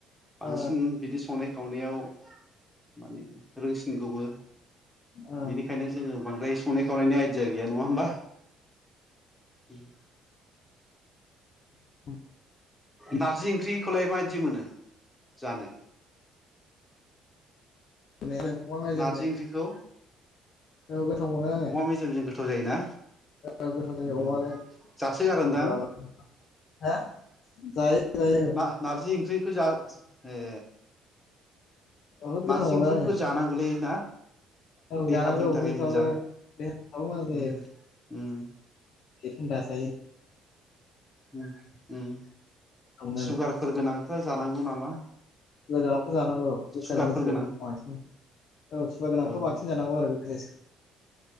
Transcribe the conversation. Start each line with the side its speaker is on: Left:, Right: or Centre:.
Centre: बांसिन
Left: ओ
Centre: बिदि संनाय खावनायाव माने रोंसिनगौबो
Left: ओ
Centre: बेनिखायनो जोङो बांद्राय संनायाखौ खावनायनायनि आइडिया गैया नङा होनबा उम
Left: <inaudible>
Centre: नारजि ओंख्रिखौलाय मायदि मोनो जानो?
Left: <unintelligible> अमा मेजेमजों
Centre: नारजि ओंख्रिखौ
Left: औ गोथाव मोनो आङो
Centre: अमा
Left: ।
Centre: मेजेमजों गोथाव जायोना?
Left: ओ गोथाव जायो
Centre: उम
Left: अमाजों
Centre: जासोगारोनदां
Left: मजा जागोन हो जायो जायो
Centre: मा नारजि ओंख्रि खौ जा ए
Left: बहुद गोथाव
Centre: नारजि
Left: मोनो
Centre: ओंख्रिफोरखौ
Left: आङो
Centre: जानांगौलै ना
Left: औ
Centre: देहाफोरनि
Left: जानांगौ
Centre: थाखाय
Left: उदैफ्राबोे
Centre: मोजां
Left: देहाफ्राबो मोजां जायो
Centre: उम उम
Left: थान्दा थायो ।
Centre: ओम ओम
Left: मोनो
Centre: सुगारफोर
Left: आरो
Centre: गोनां फ्रा जानांगौ नामा?
Left: सुगार गोनांयाथ' जानांगौ औ गोखा
Centre: सुगारफोर
Left: जिनिसखौ
Centre: गोनां
Left: बांसिन औ सोरबा गोनांथ'
Centre: औ
Left: बांसिन जानांगौ आरो गोखा जिनिसखौ